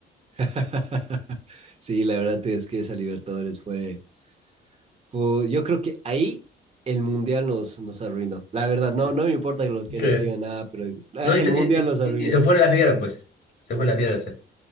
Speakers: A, on the right; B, on the left.
A: <laughs> Sí, la verdad es que esa Libertadores fue, fue- yo creo que ahí el Mundial nos, nos arruinó. La verdad,
B: Sí.
A: no, no me importa lo que
B: Sí.
A: nos digan nada, pero ah,
B: No, y
A: el
B: se,
A: Mundial
B: y,
A: nos arruinó.
B: y- y se fue la fiera, pues. Se fue la fiera.